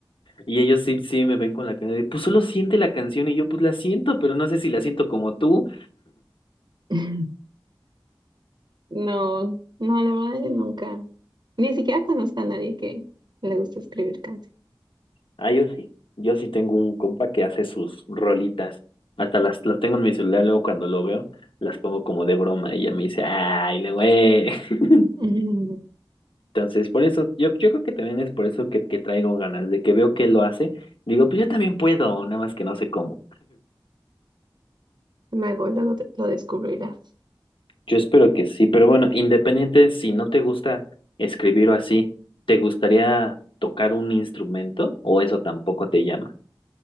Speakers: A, on the left (about 75°); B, on the right (about 55°).
A: Y ellos sí, sí me ven con la cara de, pues solo siente la canción y yo pues la siento, pero no sé si la siento como tú.
B: <laughs> No, no, la verdad yo nunca, ni siquiera conozco a nadie que le guste escribir canciones.
A: Ah, yo sí, yo sí tengo un compa que hace sus rolitas. Hasta las, las tengo en mi celular, luego cuando lo veo, las pongo como de broma y ella me dice, ay, le güey. <laughs>
B: <laughs> Ujú.
A: Entonces, por eso, yo, yo creo que también es por eso que, que traigo ganas, de que veo que lo hace, digo, pues yo también puedo, nada más que no sé cómo.
B: Luego, luego te- lo descubrirás.
A: Yo espero que sí, pero bueno, independiente si no te gusta escribir o así, ¿te gustaría tocar un instrumento o eso tampoco te llama?